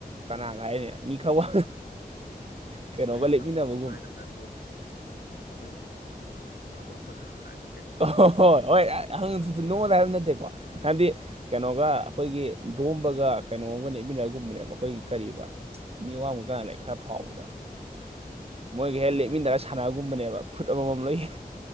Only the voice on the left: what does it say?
ꯑꯩꯉꯣꯟꯗ
ꯑꯃꯨꯛ ꯍꯥꯏꯗ꯭ꯔꯒꯁꯨ ꯑꯗꯨꯝ ꯑꯇꯣꯞꯄꯗ ꯍꯥꯏꯌꯣ